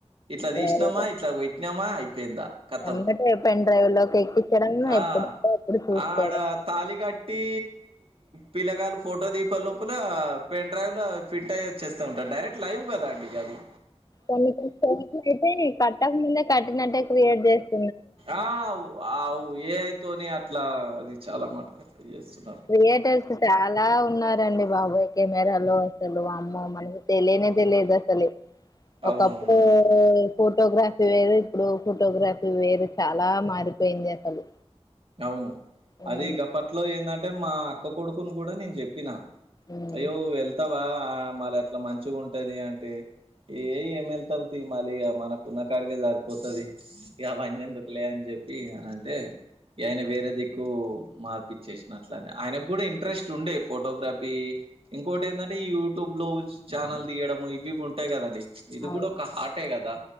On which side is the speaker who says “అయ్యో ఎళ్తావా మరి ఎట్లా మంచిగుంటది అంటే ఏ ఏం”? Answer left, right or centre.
Right